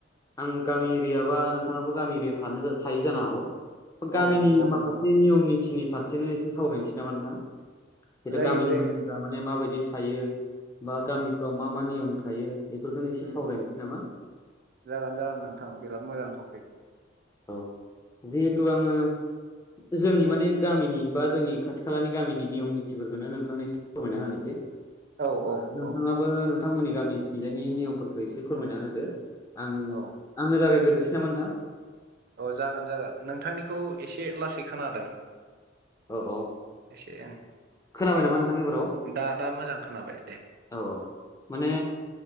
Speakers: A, on the left (about 15°); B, on the right (about 55°).
A: आं गामि एरियाबा नोंथाङाबो गामि एरियायाव थानो थायो जानो हागौ गामिनिनो
B: औ नंगौ
A: माखासे
B: नंगौ
A: नियम निथिनि फारसेनो एसे सावरायनोसै नामा नोंथां
B: जायो
A: गामिनि
B: जायो
A: मानसिफ्रा माने माबायदि थायो बा
B: औ
A: गामिफ्राव मा मा नियम थायो बेफोरखौनो एसे
B: उम
A: सावरायनोसै
B: उम
A: नामा
B: जागोन जागोन नोंथां बिराद मोजां टपिक
A: औ जिहेथु आङो जोंनि माने गामिनि बा जोंनि खाथि खालानि गामिनि नियम निथिफोरखौनो नोंथांनिसिम फोरमायना होनोसै
B: औ
A: बा
B: औ
A: नोंथाङाबो
B: औ
A: नोंथांमोननि गामिथिजायनि नियमफोरखौ एसे फोरमायना होदो आं
B: औ
A: आंनो रायलायग्रोसै नामा नोंथां
B: औ जागोन जागोन नोंथांनिखौ एसे लासै खोनादों
A: औ औ
B: एसे ओं
A: खोनाबाय नामा नोंथां एबाराव
B: दा दा मोजां खोनाबाय दे
A: औ माने